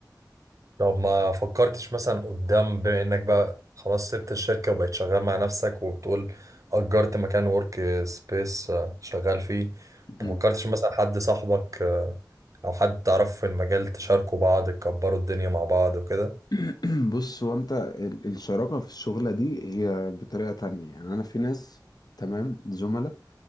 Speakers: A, on the right (about 50°); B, on the left (about 65°).
A: طب ما فكرتش مثلا قدام بما انك بقى خلاص سبت الشركة وبقيت شغال مع نفسك وبتقول اجرت مكان ورك سبيس شغال فيه
B: مهم.
A: ما فكرتش مثلا حد صاحبك آه، او حد تعرفه في المجال تشاركوا بعض تكبروا الدنيا مع بعض وكده
B: <clears throat> بص هو انت ال- الشراكة في الشغلة دي هي بطريقة تانية يعني انا في ناس تمام زملاء